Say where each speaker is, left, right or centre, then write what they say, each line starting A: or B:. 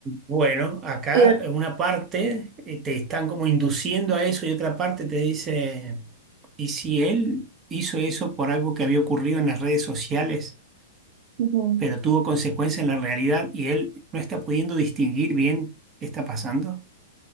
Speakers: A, on the right; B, on the right.
A: Bueno, acá
B: Y ot-
A: en una parte eh, te están como induciendo a eso y otra parte te dice, ¿y si él hizo eso por algo que había ocurrido en las redes sociales,
B: ujú,
A: pero tuvo consecuencias en la realidad y él no está pudiendo distinguir bien qué está pasando?